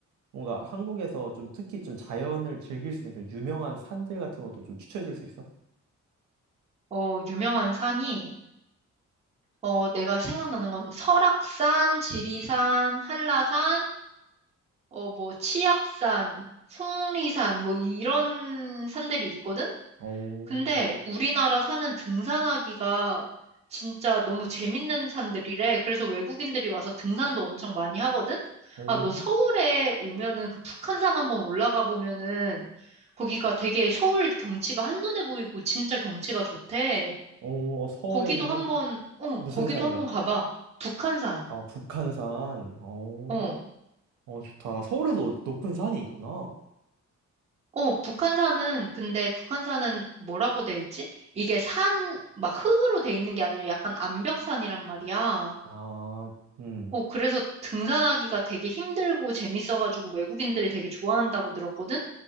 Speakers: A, on the right (about 75°); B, on the right (about 20°).
A: 뭔가 한국에서 좀 특히 좀 자연을 즐길 수 있는 좀 유명한 산들 같은 것도 좀 추천해 줄 수 있어?
B: 어, 유명한 산이, 어, 내가 생각나는 건 설악산, 지리산, 한라산, 어, 뭐, 치악산, 속리산, 뭐, 이런 산들이 있거든?
A: 오,
B: 근데 우리나라 산은 등산하기가 진짜 너무 재밌는 산들이래. 그래서 외국인들이 와서 등산도 엄청 많이 하거든?
A: 오,
B: 아, 너 서울에 오면은 그 북한산 한번 올라가 보면은 거기가 되게 서울 경치가 한눈에 보이고 진짜 경치가 좋대.
A: 오, 어, 서울에
B: 거기도
A: 있는
B: 한번, 어,
A: 무슨
B: 거기도
A: 산이라고?
B: 한번 가봐. 북한산.
A: 아, 북한산. 어,
B: 어.
A: 어, 좋다. 서울에도 높은 산이 있구나.
B: 어, 북한산은, 근데 북한산은 뭐라고 돼 있지? 이게 산, 막 흙으로 돼 있는 게 아니라 약간 암벽산이란 말이야.
A: 아, 음,
B: 어, 그래서 등산하기가 되게 힘들고 재밌어가지고 외국인들이 되게 좋아한다고 들었거든?